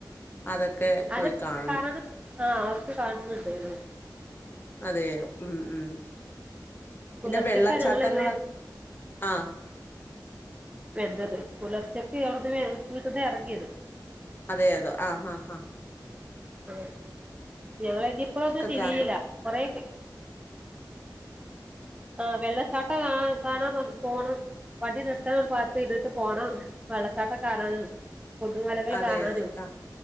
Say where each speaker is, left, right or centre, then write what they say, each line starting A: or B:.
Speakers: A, on the left; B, on the right.
A: അതൊക്കെ പോയി
B: അത്
A: കാണണം
B: കാണാന് ആഹ് അവ്ക് കാണുന്ന്ഡെന്നു
A: അതെ ഉം ഉം പിന്നെ
B: പുലർച്ചക്കാ
A: വെള്ളച്ചാട്ടങ്ങൾ
B: ഞങ്ങളിങ്ങനെ
A: അഹ്
B: വെന്നത് പുലർച്ചക് അവ്ട്ന് വെ വീട്ട്ന്ന് ഏറങ്ങിയത്
A: അതെ അതൊ അഹ് ഹ ഹ ഹ
B: അഹ് <unintelligible> പോത് തിരീല
A: കാണണം
B: കൊറേക്കെ അഹ് വെള്ളച്ചാട്ടം കാ കാണാ പോണം വണ്ടി നിർ ട്ടാ പത്ത് ഇിഡിട്ട് പോണം വെള്ളച്ചാട്ടം കാണൻന്ന് കൊടു മലകൾ
A: അതെ
B: കാണാനും
A: അതെ ആഹ്